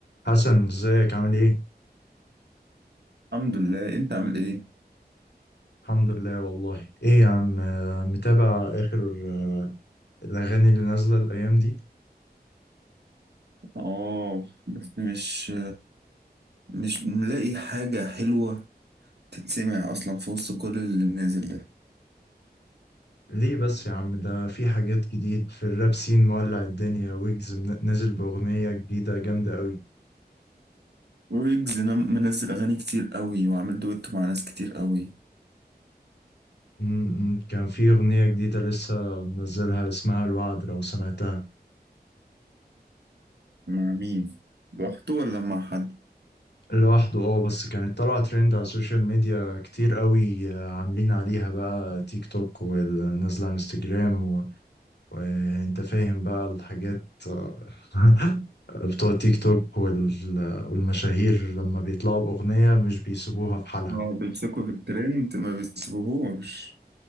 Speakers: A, on the left; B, on the right.
A: حسن ازيك عامل ايه؟
B: الحمد لله انت عامل ايه
A: الحمد لله والله ايه يا عم آه، متابع اخر آه، الاغاني اللي نازلة الايام دي
B: اه بس مش مش ملاقي حاجة حلوة تتسمع اصلا في وسط كل اللي نازل ده
A: ليه بس يا عم ده في حاجات جديد في الراب سين مولع الدنيا ويجز من- نزل باغنية جديدة جامدة قوي
B: ويجز نم- منزل اغاني كتير قوي وعامل دويتو مع ناس كتير قوي
A: م- م، كان في اغنية جديدة لسه منزلها اسمها الوعد لو سمعتها
B: مع مين لوحده ولا مع حد
A: لوحده اه بس كانت طالعة ترند على السوشيال ميديا كتير قوي آه، عاملين عليها بقى تيك توك ونازلة على انستجرام وانت فاهم بقى الحاجات <laughs> بتوع تيك توك وال- والمشاهير لما بيطلعوا بأغنية مش بيسيبوها في حالها
B: اه بيمسكوا في الترند ما بيسيبوهوش